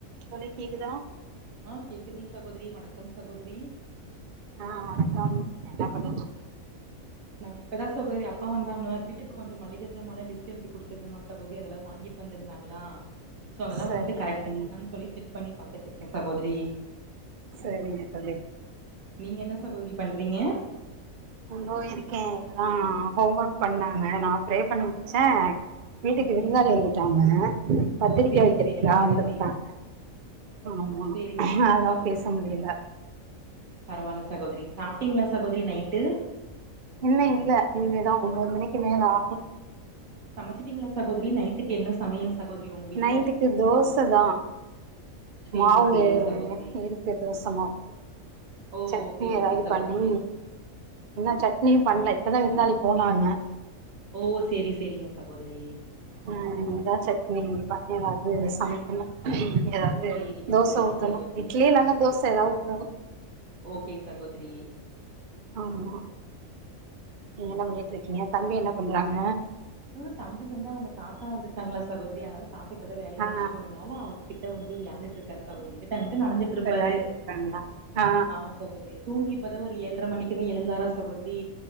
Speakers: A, on the right (about 50°); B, on the right (about 75°).
A: தோழி கேக்குதா
B: ஆ கேக்குதுங்க சகோதரி, வணக்கம் சகோதரி
A: ஆ, வணக்கம் என்னா பண்ணிட்
B: நா இப்பதா சுகோதரி அப்பா வந்தாங்களா வீட்டுக்கு கொஞ்சோ மல்லிகஜமாலா லிஸ்ட் எழுதி குடுத்துருந்தமா சகோதரி அதெல்லா வாங்கிட்டு வந்திருந்தாங்களா சோ அதெல்லா
A: சரிங்க
B: வந்துட்டு கரெக்டா
A: தோழி
B: இருக்கான்னு சொல்லி செக் பண்ணி பாத்துட்டு இருக்கே சகோதரி
A: சரிங்க தோழி
B: நீங்க என்ன சகோதரி பண்றீங்க?
A: இதோ இருக்கே, இப்பதா ஹோம் ஒர்க் பண்ணாங்க நா ப்ரே பண்ணி முடிச்ச வீட்டுக்கு
B: சரி,
A: விருந்தாளி
B: சரி.
A: வந்துட்டாங்க பத்திரிக்க
B: ஓ சேரிங்க
A: வைக்கிறதுக்காவ
B: சேரிங்க சகோதரி
A: வந்துருந்தாங்க ஆமா,
B: சேரிங்க சேரிங்க
A: அதா
B: சகோதரி
A: பேச முடியல
B: பரவால்ல சகோதரி, சாப்ட்டீங்களா சகோதரி நைட்டு
A: இல்ல இல்ல இனிமேதா ஒம்போது மணிக்கு மேல ஆகு
B: சமைச்சிட்டீங்களா சகோதரி நைட்டுக்கு என்ன சமையல் சகோதரி உங்க வீட்ல
A: நைட்டுக்கு தோசதா
B: சேரிங்க
A: மாவு
B: சேரிங்க சகோதரி
A: இருக்கு தோச மாவு
B: ஓ
A: சட்னி
B: ஓகே
A: ஏதாவது
B: ஓகே சகோதரி
A: பண்ணி இன்னு சட்னியு பண்ல இப்பதா விருந்தாளி போனாங்க
B: ஓ சேரி சேரிங்க சகோதரி
A: ம் இனிதா சட்னி பண்ணி எதாவது சமைக் னு எதாவது
B: சேரிங்க
A: தோச
B: சேரிங்க
A: ஊத்தணு
B: சகோதரி
A: இட்லி இல்லனா தோச எதா ஊத்தணு
B: ஓகே சகோதரி
A: ஆமா நீங்க என்ன பண்ணிட்ருக்கீங்க தம்பி என்ன பண்றாங்க
B: அ தம்பி வந்து அவுங்க தாத்தா வந்திருக்காங்ளா சகோதரி அதனால தாத்த இப்பதா வேலைய
A: ஆ
B: முடிச்ட்டு வந்துனாலா அவ கிட்ட வந்து விளையாண்டுட்டு இருக்காரு சகோதரி இங்குட்டு அங்குட்டு நடந்துட்ருப்பாரு
A: விளாண்டுட்டு இருக்காங்களா ஆ
B: ஆமா சகோதரி தூங்கி இப்பதா ஒரு ஏழ்ர மணிக்குதா எழுந்தாரா சகோதிரி